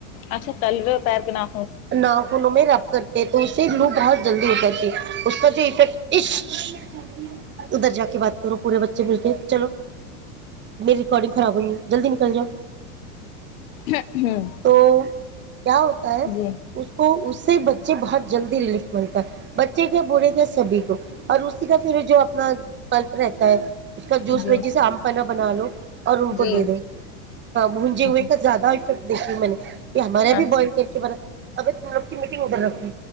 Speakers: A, on the left; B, on the right.
A: اچھا تلر پیر کےنا
B: نہ ہولو میں ر کرتے تو اس سے لو بہت جلدی ہو جاتی ہے اس کا جو افیکٹ ادھر جا کے بات کرو پورے بچے بول کے چلو می ریکارڈن خاب ہو گی جلدی کل جاؤ
A: ہ ہوں
B: تو کیا ہوتا ہے
A: جی
B: اس کو اس سے بچے بہت جلدی ریلیف ملتا ہے بچے کے بوڑھے کے سبھی کو اور اسی کا پھر جو اپنا کلپ رہتا ہے اس کا جوس
A: جی
B: میں جسے آم پن بنا لو اور ان کو
A: جی
B: دے دیں ہاں بونجے ہوئے
A: جی
B: کا زیادہ سب دیکھیی م نے یہ ہمارے یہ بھی
A: اچھا
B: بوائل کر کے برس ابھی تم لوگ کی میٹنگ ادھر رکھو